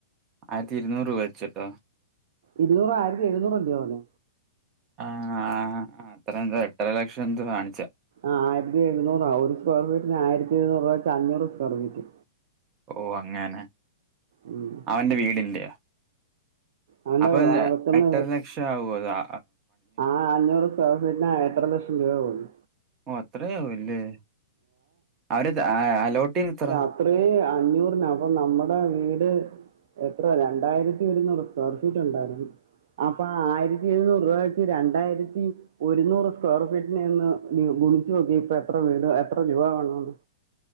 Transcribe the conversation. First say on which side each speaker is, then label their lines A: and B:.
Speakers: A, on the right; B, on the right.
A: ആയിരത്തി ഇരുന്നൂറ് രൂപ വെച്ചെട്ടോ
B: ഇരുന്നൂറ് ആയിരത്തി എഴുന്നൂറ് അല്ല്യോ വന്നേ
A: ആഹ് ആഹ് അത്ര എന്തോ എട്ടര ലക്ഷം എന്തോ കാണിച്ചേ
B: ആഹ് ആയിരത്തി എഴുന്നൂറാ ഒരു സ്ക്വയർ ഫീറ്റിന് ആയിരത്തി എഴുന്നൂറ് രൂപ വെച്ച് അഞ്ഞൂറ് സ്ക്വയർ ഫീറ്റ്
A: ഓ അങ്ങനെ
B: ഉം
A: അവന്റെ വീടിന്റെ
B: അങ്ങനെ
A: അപ്പൊ
B: ആ വെക്കുന്ന
A: എട്ടര ലക്ഷം ആകുവോ അതാ
B: ആഹ് അഞ്ഞൂറ് സ്ക്വയർ ഫീറ്റിന് ഏട്ടര ലക്ഷം രൂപ ആകുന്ന്
A: ഓ അത്രയാവല്ലേ അവര് ദ അ അലോട്ട് ചെയ്യുന്നത് എത്ര?
B: അത്രേ അഞ്ഞൂറിന് അപ്പൊ നമ്മടെ വീട് എത്ര രണ്ടായിരത്തി ഒരുന്നൂറ് സ്ക്വയർ ഫീറ്റ് ഉണ്ടായിരുന്നു അപ്പൊ ആയിരത്തി എഴുന്നൂറ് രൂപ വെച്ച് രണ്ടായിരത്തി ഒരുന്നൂറ് സ്ക്വയർ ഫീറ്റിന് നിന്ന് ഗുണിച്ചു നോക്കിയേ ഇപ്പ എത്ര വീട് എത്ര രൂപ വേണോന്ന്